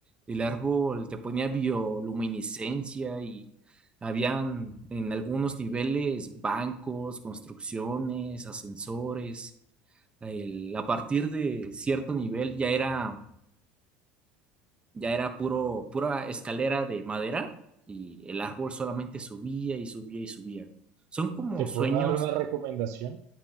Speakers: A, on the right; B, on the right.
A: el árbol te ponía bioluminiscencia y habían en algunos niveles bancos, construcciones, ascensores. El- a partir de cierto nivel ya era ya era puro, pura escalera de madera y el árbol solamente subía y subía y subía. Son como
B: Te puedo
A: sueños.
B: dar una recomendación.